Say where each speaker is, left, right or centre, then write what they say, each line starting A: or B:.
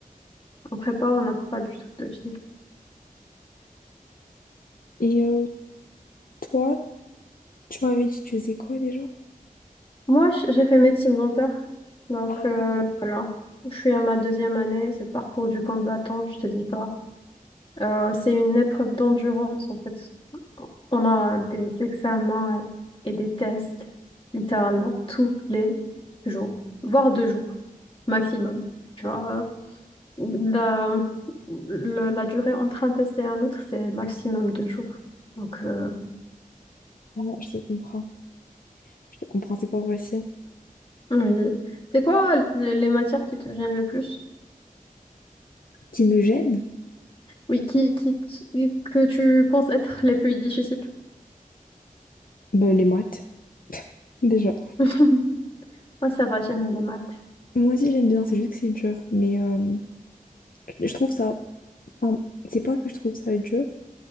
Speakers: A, on the left; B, on the left.
A: en prépa, on n'a pas du tout de vie.
B: Et euh, toi, tu m'avais dit que tu faisais quoi déjà?
A: Moi, j- j'ai fait médecine dentaire. Donc,
B: Ah
A: euh,
B: ouais, bah ouais.
A: voilà. Je suis à ma deuxième année. C'est le parcours du combattant, je te dis pas. Euh, c'est une épreuve d'endurance, en fait. On a des examens et, et des tests, littéralement, tous les jours, voire deux jours maximum. Tu vois, euh, la, le- la durée entre un test et un autre, c'est maximum deux jours. Donc, euh,
B: Ah, je te comprends. Je te comprends, c'est pas facile.
A: oui. C'est quoi euh, les matières qui te gênent le plus?
B: Qui me gêne?
A: Oui, qui, qui, qui- que tu penses être les plus difficiles.
B: Ben, les maths, déjà.
A: <laughs> Moi, ça va, J'aime les maths.
B: Moi aussi, j'aime bien, c'est juste que c'est dur. Mais euh, Je trouve ça, enfin, c'est pas que je trouve ça dur.